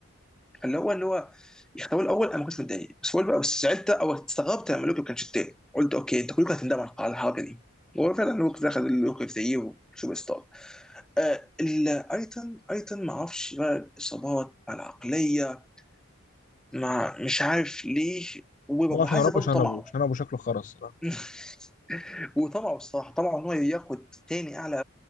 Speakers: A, in the centre; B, on the left (about 40°).
A: اللي هو اللي هو يختاروا الاول انا ما كنتش متضايق بس هو بقى بس زعلت او استغربت لما لوكي ما كانش التاني قلت اوكي انت كلكم هتندموا على على الحركه دي هو فعلا لوكي دخل لوكي في زيه سوبر ستار آه ال- ايتن ايتن ما اعرفش بقى الاصابات مع العقليه مع مش عارف ليه وعايز
B: هو عشان ربى
A: برضه
B: عشان
A: طمعه
B: ابوه عشان ابوه شكله خرس صراحه
A: <laughs> وطمعه الصراحه طمعه ان هو ياخد تاني اعلى